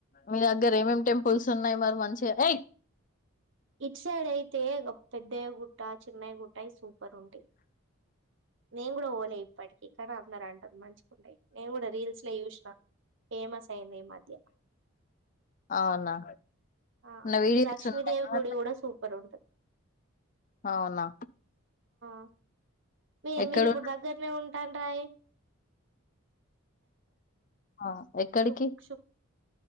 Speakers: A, on the left; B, on the right.
A: మీ దగ్గర ఏం ఏం టెంపుల్స్ ఉన్నాయి మరి మంచి ఎయ్
B: ఇట్ సైడ్ అయితే ఒక పెద్దయ గుట్ట చిన్నయ గుట్టయి సూపర్ ఉంటయ్ నేను కూడా ఓలే ఇప్పటికీ కాని అందరు అంటరు మంచి ఉంటయ్ నేను కూడా రీల్స్ లో చూసిన ఫేమస్ అయింది ఈ మధ్య
A: అవునా
B: ఆ
A: నా వీడియోస్
B: గీ లక్ష్మీదేవి
A: ఉన్నాయా
B: గుడి కూడా సూపర్ ఉంటది
A: అవునా
B: మ్ మీ
A: ఎక్కడ
B: మీరిప్పుడు దగ్గరనే ఉంటాన్రాయే
A: ఆ ఎక్కడికి
B: శుక్ శుక్